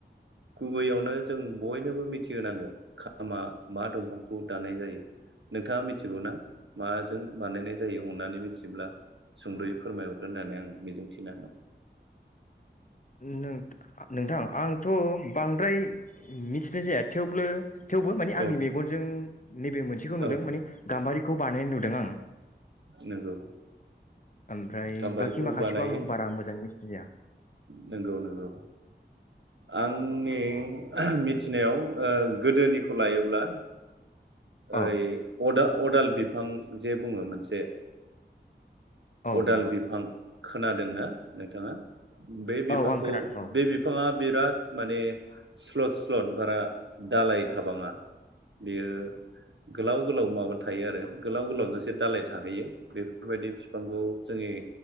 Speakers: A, on the right; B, on the left.
A: गुबैयावनो जों बयनोबो मिथिहोनांगोन खामा मा दंफांखौ दानाय जायो नोंथाङा मिथिगौना माजों बानायनाय जायो अन्नानै मिथिब्ला सुंद'यै फोरमायहरगोन होननानै आं मिजिंथिना दं।
B: नों नोंथां आंथ' बांद्राय मिथिनाय जाया थेवब्लो थेवबो माने आंनि
A: औ
B: मेगनजों नैबे मोनसेखौ नुदों
A: औ
B: माने गाम्बारि बानाय नुदों दों आं
A: नंगौ
B: ओमफ्राय
A: गाम्बारिखौ
B: बाखि माखासेखौ
A: बानायो
B: आं बारा मोजाङै मिथिनाय जाया।
A: नंगौ नंगौ आंनि मिथिनायाव ओ गोदोनिखौ लायोब्ला ओइ
B: औ
A: अदा अदाल बिफां जे बुङो मोनसे
B: औ
A: अदाल
B: नंगौ
A: बिफां खोनादोंना नोंथाङा? बे बिफांखौ
B: औ आं खोनादों औ
A: बे बिफाङा बिराद माने स्लद स्लद बारा दालाय थाबाङा। बेयो गोलाव गोलाव माबा थायो आरो गोलाव गोलावजोंसो दालाय थाहैयो बेफोरबायदि बिफांखौ जोंनि